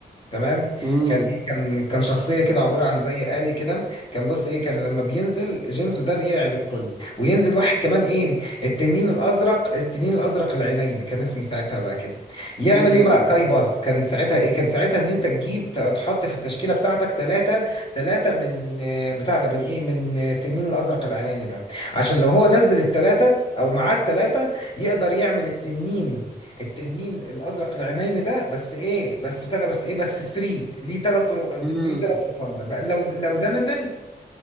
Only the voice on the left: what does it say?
تمام
كان ايه كان كان شخصيه كده عباره عن زي آلي كده كان بص ايه كان لما بينزل جينزو ده بيرعب الكل وينزل واحد كمان ايه التنين الازرق التنين الازرق العينين كان اسمه ساعتها بقى كده يعمل
ايه بقى
كايبا كان ساعتها ايه كان ساعتها ان انت تجيب ت- تحط في التشكيله بتاعتك ثلاثه ثلاثه من آه، بتاع ده من ايه من آه، التنين الازرق العينين ده عشان لو هو نزل الثلاثه او معاه الثلاثه يقدر يعمل التنين التنين الازرق العينين ده بس ايه بس ابتدى بس ايه بس 3 ليه ثلاث
ليه ثلاث رسام ده بقى لو لو ده نزل